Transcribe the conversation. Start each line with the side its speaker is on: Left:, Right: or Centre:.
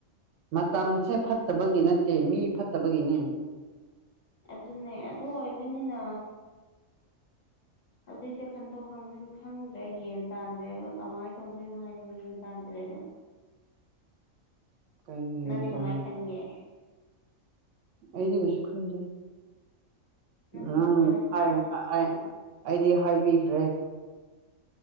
Right: ꯃꯇꯝꯁꯦ ꯐꯠꯇꯕꯒꯤ ꯅꯠꯇꯦ ꯃꯤ ꯐꯠꯇꯕꯒꯤꯅꯦ
Left: ꯑꯗꯨꯅꯦ ꯑꯗꯨ ꯑꯣꯏꯕꯅꯤꯅ
Right: <inaudible>
Left: ꯍꯧꯖꯤꯛꯁꯦ ꯈꯟꯗꯣꯛ ꯈꯟꯖꯤꯟ ꯈꯪꯗ꯭ꯔꯦ ꯒ꯭ꯌꯥꯟ ꯇꯥꯗ꯭ꯔꯦꯕ ꯀꯃꯥꯏꯅ ꯇꯧꯗꯣꯏꯅꯣ ꯍꯥꯏꯕ ꯒ꯭ꯌꯥꯟ ꯇꯥꯗ꯭ꯔꯦꯕ
Right: <inaudible> ꯀꯩꯒꯤꯅꯣ
Left: ꯅꯪꯗꯤ
Right: ꯇꯧꯔꯒ
Left: ꯀꯃꯥꯏ ꯈꯟꯒꯦ
Right: ꯑꯩꯗꯤ ꯀꯩꯁꯨ ꯈꯟꯗꯦ
Left: ꯅꯪꯒꯤ
Right: ꯅꯪ
Left: ꯋꯥꯈꯜꯗ
Right: ꯑꯩ ꯑꯩ ꯑꯩꯗꯤ ꯍꯥꯏꯕꯤꯈ꯭ꯔꯦ